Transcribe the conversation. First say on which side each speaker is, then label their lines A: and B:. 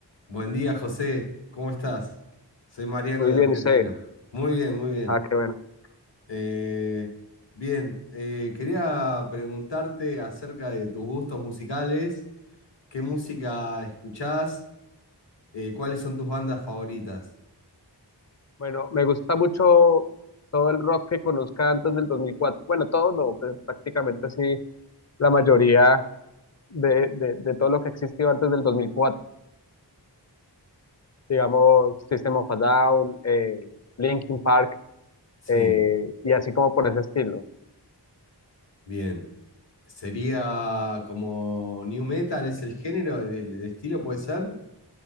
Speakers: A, on the left; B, on the left.
A: Buen día, José. ¿Cómo estás? Soy Mariano
B: Muy
A: de
B: bien,
A: Argentina.
B: y sé.
A: Muy bien, muy bien.
B: Ah, qué bueno.
A: Eh, bien, eh, quería preguntarte acerca de tus gustos musicales. ¿Qué música escuchás? Eh, ¿cuáles son tus bandas favoritas?
B: Bueno, me gusta mucho todo el rock que conozca antes del dos mil cuatro Bueno, todo no, pero prácticamente sí, la mayoría de, de, de todo lo que existió antes del dos mil cuatro Digamos, System of a Down, eh, Linkin Park,
A: Sí,
B: eh, y así como por ese estilo.
A: bien. ¿Sería como new metal? ¿Es el género, el, el- el estilo puede ser?